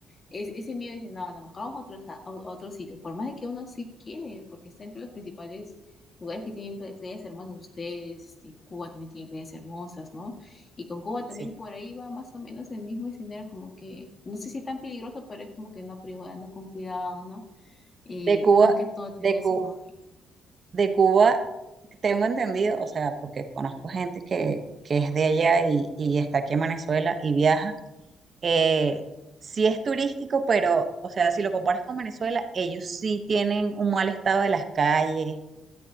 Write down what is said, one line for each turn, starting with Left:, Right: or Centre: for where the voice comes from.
Left: Es, ese miedo dice, no, no, mejor vamos a otro, sa- a otro sitio. Por más de que uno sí quiere, porque está entre los principales lugares que tienen pla- playas hermosas ustedes. este, Cuba también tiene playas hermosas, ¿no? Y con Cuba también
Right: Sí.
Left: por ahí va más o menos el mismo escenario, como que, no sé si tan peligroso, pero es como que no, pero igual anda con cuidado, ¿no? Y
Right: De Cuba,
Left: más que todo tienen
Right: de
Left: ese
Right: Cu-
Left: imagen.
Right: de Cuba, tengo entendido, o sea, porque conozco gente que, que es de allá y, y está aquí en Venezuela y viaja. Eh, sí es turístico, pero, o sea, si lo comparas con Venezuela, ellos sí tienen un mal estado de las calles.